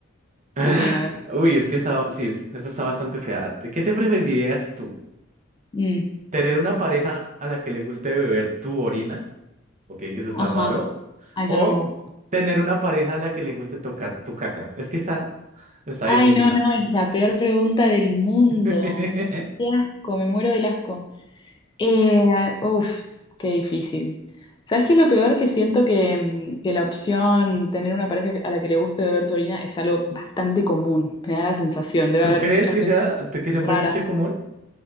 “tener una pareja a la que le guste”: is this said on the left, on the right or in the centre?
Right